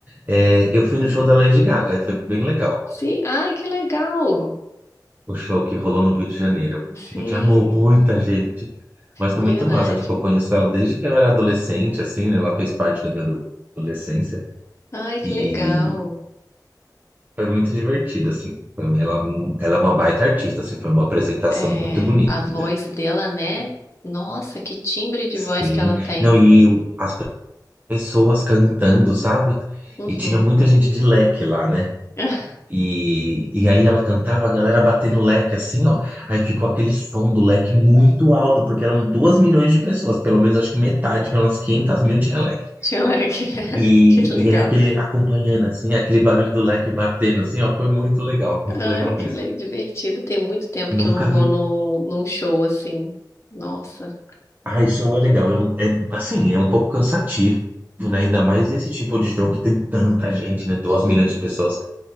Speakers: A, on the right; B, on the left.
A: é, eu fui no show da Lady Gaga e foi bem legal.
B: Sim, ai, que legal.
A: o show que rolou no Rio de Janeiro.
B: Sim,
A: Tipo, tinha muita gente, mas foi
B: verdade.
A: muito massa. Tipo, eu conheço ela desde que eu era adolescente, assim, né? Ela fez parte da minha ado- adolescência
B: Ai, que
A: e
B: legal.
A: foi muito divertido, assim. Ela, ela é uma baita artista, assim, foi uma apresentação
B: É,
A: muito bonita.
B: a voz dela, né? Nossa, que timbre de
A: Sim.
B: voz que ela tem.
A: Não, e o- pessoas cantando, sabe?
B: Uhum.
A: E tinha muita gente de leque lá, né?
B: <laughs>
A: E, e aí ela cantava, a galera batendo o leque assim, ó. Aí ficou aquele som do leque muito alto, porque eram duas milhões de pessoas, pelo menos acho que metade, pelas 500 mil tinha leque.
B: Tia Leque. <laughs>
A: E,
B: Que legal.
A: e aí aquele acompanhando assim, aquele barulho do leque batendo assim, ó, foi muito legal, muito
B: Ai,
A: legal
B: que
A: mesmo.
B: le- divertido. Tem muito tempo
A: Nunca
B: que eu não vou
A: vi.
B: no num show assim. Nossa,
A: Ah, isso é legal. Eu, é, assim, é um pouco cansativo, né? Ainda mais esse tipo de jogo que tem tanta gente, né? Duas
B: sim,
A: milhões de pessoas.